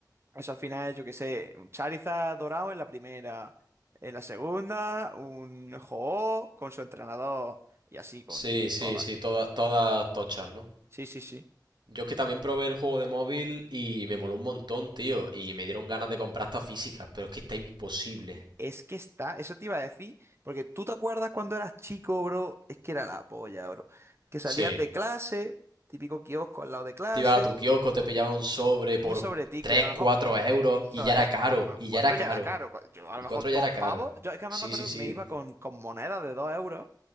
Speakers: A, on the right; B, on the right.
A: eso al final es, yo qué sé, un Charizard dorado en la primera, en la segunda, un ho con su entrenador y así con
B: Sí, sí,
A: todas.
B: sí, todas, todas tochas, ¿no?
A: Sí, sí, sí.
B: Yo es que también probé el juego de móvil y me moló un montón, tío. Y me dieron ganas de comprar estas físicas, pero es que está imposible.
A: Es que está, eso te iba a decir, porque tú te acuerdas cuando eras chico, bro, es que era la polla, bro. Que salías
B: Sí.
A: de clase, típico kiosco al lado de clase,
B: Te ibas a tu kiosco, te pillaba un sobre por
A: un sobretico
B: 3,
A: y a lo mejor,
B: 4 euros
A: eso
B: y ya
A: es,
B: era caro,
A: bueno,
B: y
A: cuatro
B: ya era caro.
A: ya era caro, cua- yo a
B: Y
A: lo mejor
B: 4 ya
A: dos
B: era caro.
A: pavos, yo es que además
B: Sí,
A: me acuerdo,
B: sí, sí.
A: me iba con, con monedas de dos euros